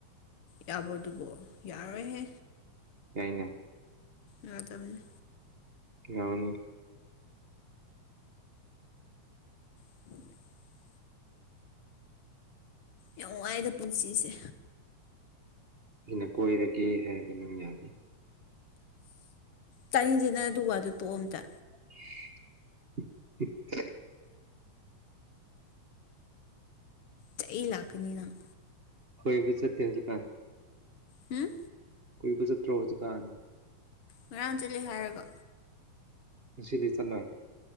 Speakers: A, on the left; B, on the right.
A: ꯌꯥꯕ꯭ꯔꯣ ꯑꯗꯨꯕꯣ ꯌꯥꯔꯣꯏꯍꯦ꯫
B: ꯌꯥꯏꯅ
A: ꯌꯥꯗꯕꯅꯤ
B: ꯌꯥꯅꯤ
A: <unintelligible> ꯌꯥꯝ ꯋꯥꯏꯗ ꯄꯨꯟꯁꯤꯁꯦ
B: ꯑꯩꯅ ꯀꯣꯏꯔꯒꯦ ꯍꯥꯏꯔꯒ ꯅꯪ ꯌꯥꯗꯦ꯫
A: ꯇꯥꯅꯤꯡꯁꯦ ꯅꯪ ꯑꯗꯨꯒ ꯋꯥꯗꯣ ꯇꯣꯛ ꯑꯝꯇ
B: <unintelligible>
A: ꯆꯩ ꯂꯥꯛꯀꯅꯤ ꯅꯪ꯫
B: ꯍꯣꯏꯕ ꯆꯠꯇ ꯍꯧꯖꯤꯛ ꯀꯥꯟ
A: ꯍꯨꯝ
B: ꯀꯣꯏꯕ ꯆꯠꯇꯣ ꯍꯧꯖꯤꯛꯀꯥꯟ꯫
A: ꯉꯔꯥꯡ ꯆꯠꯂꯦ ꯍꯥꯏꯔꯒ꯫
B: ꯅꯨꯡꯁꯤꯗꯤ ꯆꯠꯅꯩ